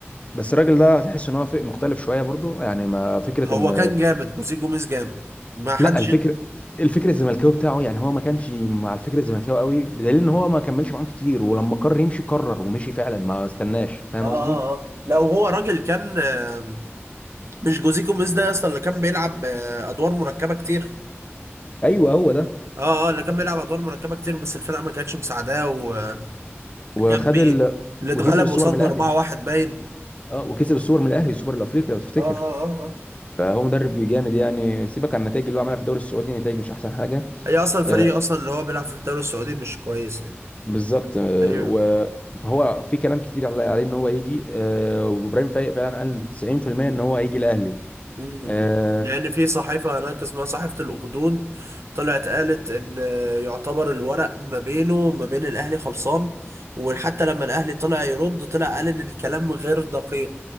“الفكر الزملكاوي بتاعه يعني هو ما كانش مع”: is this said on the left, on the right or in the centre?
Left